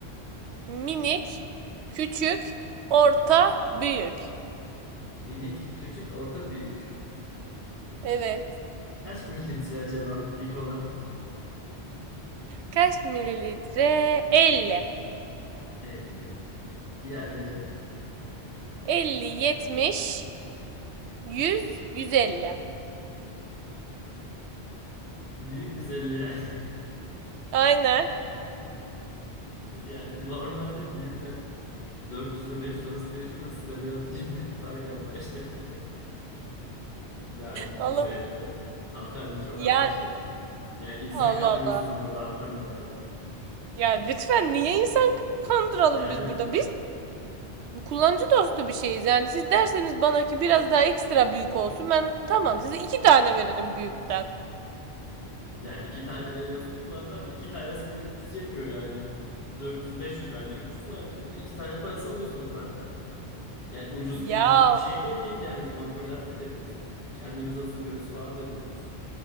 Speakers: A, on the right (about 80°); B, on the left (about 55°).
A: Minik, küçük, orta, büyük.
B: Minik, küçük, orta, büyük.
A: Evet.
B: Kaç mililitre acaba minik olan?
A: Kaç mililitre? 50.
B: 50. Diğerleri
A: 50, 70, 100, 150.
B: büyük 150 yani. <laughs>
A: Aynen.
B: Yani normalde büyükler 400 ile 500 arası değişiyor da sizde biraz cimrilik <laughs> var galiba işletmede. Yani
A: Alın.
B: 150 de hanımefendi çok
A: Ya
B: azmış ya. Yani insan
A: Allah
B: kandırıyorsunuz
A: Allah.
B: burada hanımefendi yani.
A: Ya lütfen niye insan kandıralım
B: Yani
A: biz burada? Biz kullanıcı dostu bir şeyiz. Yani siz derseniz bana ki biraz daha ekstra büyük olsun. Ben tamam size iki tane veririm büyükten.
B: yani iki tane veriyorsunuz da hanımefendi iki tanesi bile 300 yapıyor yani. 400 500 nerede 300 nerede? Ve İki tane parası alıyorsunuz benden. Yani ucuz
A: Ya
B: ucuz bir şey de değil yani mango latte dediniz. Kendimiz hazırlıyoruz falan dediniz.